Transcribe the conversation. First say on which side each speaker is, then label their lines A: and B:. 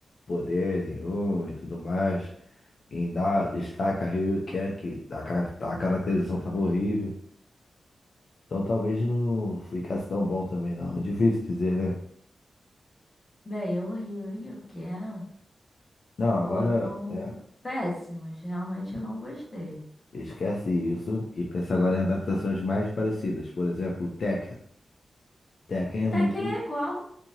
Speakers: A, on the left; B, on the left.
A: poder nenhum e tudo mais. Em dar destaque a Ryu e Ken, que a, ca- a caracterização tava horrível. Então talvez não ficasse tão bom também, não. É difícil dizer, né?
B: Bem, o Rio e o Ken
A: Não, agora
B: foram
A: é,
B: péssimos. Realmente eu não gostei.
A: esquece isso e pensa agora em adaptações mais parecidas. Por exemplo, Tekken. Tekken é
B: Até
A: muito,
B: que é igual,